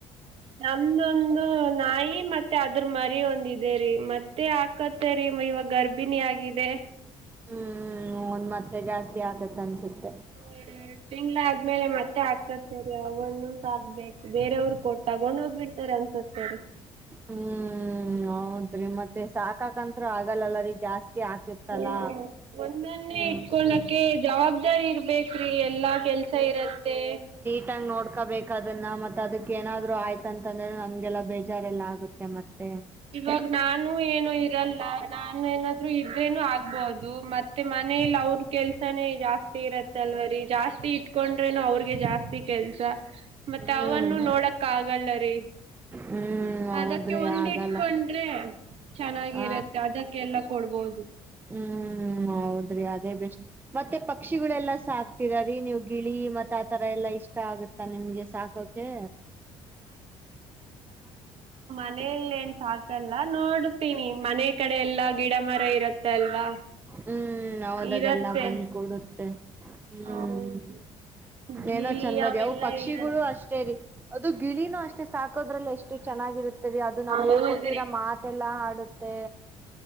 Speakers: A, on the right; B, on the right.
A: ನಮ್ದೊಂದು ನಾಯಿ ಮತ್ತೆ ಅದ್ರ ಮರಿ ಒಂದಿದೆರಿ ಮತ್ತೆ ಹಾಕತ್ತೇರಿ ಇವಾಗ ಗರ್ಭಿಣಿ ಆಗಿದೆ
B: ಹ್ಮ್ ಒಂದ್ ಮತ್ತೆ ಜಾಸ್ತಿ ಆಗತ್ ಅನ್ಸುತ್ತೆ
A: ಎ ಎರಡ್ ತಿಂಗ್ಳ ಆದ್ಮೇಲೆ ಮತ್ತೆ ಆ ಕತ್ತರಿ ಅವನು ಸಾಕ್ಬೇಕು ಬೇರೆಯವ್ರ ಕೊಟ್ಟ ತಗೊಂಡೋಗ್ಬಿಡ್ತಾರ ಅನ್ಸತ್ತರಿ
B: ಹ್ಮ್ ಹೌದ್ರೀ ಮತ್ತೆ ಸಾಕಾಕತ್ರು ಆಗಲ್ಲಲ್ಲ ರೀ ಜಾಸ್ತಿ ಹಾಕಿರ್ತಲ್ಲ
A: ಹ ಒಂದನ್ನೇ
B: ಹ್ಮ್
A: ಇಟ್ಕಲಕ್ಕೆ ಜವಾಬ್ದಾರಿ ಇರ್ಬೇಕು ೀ ಎಲ್ಲಾ ಕೆಲ್ಸ ಇರತ್ತೆ
B: ಟ್ಟಂಗ ನೋಡ್ಕೋಬೇಕ ಅದನ್ನ ಮತ್ತ ಅದಕೆ ಏನಾದ್ರೂ ಆಯ್ತಾನ್ದ್ರೆ ನಾವೇ ನೋಡ್ಕೋಬೇಕು
A: ಇವಾಗ ನಾನು ಏನು ಇರಲ್ಲ ನಾನು ಏನಾದ್ರು ಇದ್ರೇನು ಆಗ್ಬಹದು ಮತ್ತೆ ಮನೇಲಿ ಅವ್ರ ಕೆಲ್ಸಾನೇ ಜಾಸ್ತಿ ಇರತ್ತ ಅಲ್ವರಿ ಜಾಸ್ತಿ ಇಟ್ಕೊಂಡ್ರೇನು ಅವ್ರಗೆ ಜಾಸ್ತಿ ಕೆಲ್ಸ ಮತ್ತೆ
B: ಹ್ಮ್
A: ಅವನ್ನು ನೋಡಕ್ಕ ಆಗಲ್ಲರಿ
B: ಹ್ಮ್ ಹೌದ್ರಿ
A: ಅದಕ್ಕೆ ಒಂದಿಟ್ಟ
B: ಆಗಲ್ಲ
A: ಕೊಂಡ್ರೆ ಚೆನ್ನಾಗಿರುತ್ತೆ
B: ಹ
A: ಅದಕ್ಕೆಲ್ಲ ಕೊಡ್ಬೋದು
B: ಹ್ಮ್ ಹೌದ್ರಿ ಅದೇ ಬೆಸ್ಟ್ ಮತ್ತೆ ಪಕ್ಷಿಗಳೆಲ್ಲಾ ಸಾಕ್ತೀರ ರೀ ನೀ ಗಿಳಿ ಮತ್ತೆ ಆತರ ಎಲ್ಲಾ ಇಷ್ಟ ಆಗತ್ತ ನಿಮ್ಗೆ ಸಾಕೋಕೆ
A: ಲ್ಲ ಸಾ <unintelligible> ಎಲ್ಲಾ ನೋಡುತ್ತೀನಿ ಮನೆ ಕಡೆ ಎಲ್ಲಾ ಗಿಡ ಮರ ಇರುತ್ತೆ ಅಲ್ವಾ
B: ಹ್ಮ್ ಹೌದದೆಲ್ಲ
A: ಇರತ್ತೆ
B: ಬಂದ್ ಕೂಡುತ್ತೆ ಹ್ಮ್
A: ಹೌದು
B: ಏನೋ
A: ಗಿಳಿ
B: ಚಂದದ
A: ಅವೆಲ್ಲಾ
B: ಅವು ಪಕ್ಷಿಗಳು
A: ಇರತ್ತೆ
B: ಅಷ್ಟೇರಿ ಅದು ಗಿಳಿನೂ ಅಷ್ಟೇ ಸಾಕೋದ್ರಲ್ಲ ಎಷ್ಟು ಚೆನ್ನಾಗಿರುತ್ತೆ ರಿ ಅದು ನಾವ್
A: ಹೌದ್ರಿ
B: ಹೇಳ್ಕೊಟ್ಟಿರ ಮಾಥಿಯೆಲ್ಲಾ ಆಡುತ್ತೆ